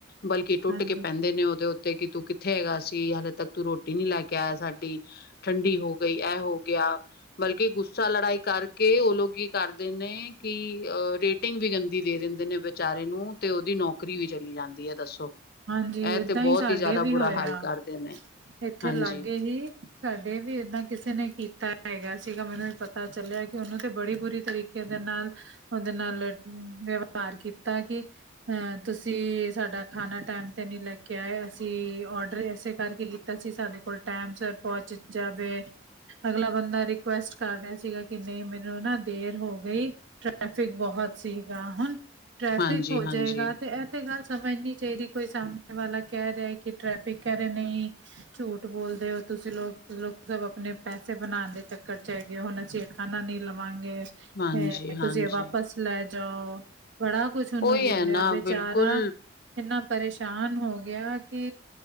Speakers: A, on the left; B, on the right.
A: ਬਲਕਿ ਟੁੱਟ
B: ਹਾਂਜੀ
A: ਕੇ ਪੈਂਦੇ ਨੇ ਉਦੇ ੱਤੇ ਕਿ ਤੂੰ ਕਿੱਥੇ ਹੈਗਾ ਸੀ ਹਾਲੇ ਤੱਕ ਤੂੰ ਰੋਟੀ ਨੀ ਲੈ ਕੇ ਆਇਆ ਸਾਡੀ ਠੰਡੀ ਹੋ ਗਈ ਇਹ ਹੋ ਗਿਆ। ਬਲਕਿ ਗੁੱਸਾ ਲੜਾਈ ਕਰਕੇ ਉਹ ਲੋਕ ਕੀ ਕਰਦੇ ਨੇ ਕਿ ਰੇਟਿੰਗ ਵੀ ਗੰਦੀ ਦੇ ਦਿੰਦੇ ਨੇ ਵਿਚਾਰੇ ਨੂੰ ਤੇ ਉਹਦੀ ਨੌਕਰੀ ਵੀ ਚਲੀ ਜਾਂਦੀ ਹੈ ਦੱਸੋ?
B: ਹਾਂਜੀ ਏਦਾਂ
A: ਇਹ ਤੇ
B: ਹੀ
A: ਬਹੁਤ
B: ਸਾਡੇ
A: ਜ਼ਿਆਦਾ
B: ਵੀ
A: ਬੁਰਾ
B: ਹੋਏ
A: ਹਾਲ
B: ਆ
A: ਕਰਦੇ ਨੇ
B: ਇੱਥੇ
A: ਹਾਂਜੀ,
B: ਲਾਗੇ ਹੀ ਸਾਡੇ ਵੀ ਇਦਾ ਕਿਸੇ ਨੇ ਕੀਤਾ ਹੈਗਾ ਸੀਗਾ ਮੈਨੂੰ ਪਤਾ ਚੱਲਿਆ ਕਿ ਉਨੂੰ ਤੇ ਬੜੀ ਬੁਰੀ ਤਰੀਕੇ ਕਿਦੇ ਨਾਲ ਉਹਦੇ ਨਾਲ ਵਿਵਹਾਰ ਕੀਤਾ ਕਿ ਹਾਂ ਤੁਸੀਂ ਸਾਡਾ ਖਾਣਾ ਟੈਮ ਤੇ ਨਹੀਂ ਲੈ ਕੇ ਆਏ ਅਸੀਂ ਔਡਰ ਇਸੇ ਕਰਕੇ ਕੀਤਾ ਸੀ ਸਾਡੇ ਕੋਲ ਟੈਮ ਸਰ ਪਹੁੰਚ ਜਾਵੇ ਅਗਲਾ ਬੰਦਾ ਰਿਕੁਐਸਟ ਕਰ ਰਿਹਾ ਸੀਗਾ ਕਿ ਨਹੀਂ ਮੈਨੂੰ ਨਾ ਦੇਰ ਹੋ ਗਈ। ਟ੍ਰੈਫਿਕ ਬਹੁਤ ਸੀਗਾ ਹੁਣ ਟ੍ਰੈਫਿਕ
A: ਹਾਂਜੀ,
B: ਹੋ
A: ਹਾਂਜੀ।
B: ਜਾਏਗਾ ਤੇ ਤੇ ਗੱਲ ਸਮਝ ਨੀ ਚਾਹੀਦੀ ਕੋਈ ਸਾਹਮਣੇ ਵਾਲਾ ਕਹਿ ਰਿਹਾ ਕਿ ਟ੍ਰੈਫਿਕ ਕਹਿ ਰਹੇ ਨਹੀਂ ਝੂਠ ਬੋਲਦੇ ਹੋ ਤੁਸੀਂ ਲੋਕ ਸ ਆਪਣੇ ਪੈਸੇ ਬਣਾਣ ਦੇ ਚੱਕਰ ਚ ਹੁਣ ਅਸੀਂ ਖਾਣਾ ਨਹੀਂ ਲਵਾਂਗੇ
A: ਹਾਂਜੀ,
B: ਤੇ
A: ਹਾਂਜੀ।
B: ਤੁਸੀਂ ਵਾਪਸ ਲੈ ਜਾਓ। ਬੜਾ ਕੁਛ ਉਨੂੰ
A: ਉਹੀ
B: ਬੋਲਿਆ
A: ਹੈ ਨਾ
B: ਬੇਚਾਰਾ
A: ਬਿਲਕੁਲ
B: ਇੰਨਾ ਪਰੇਸ਼ਾਨ ਹੋ ਗਿਆ ਕਿ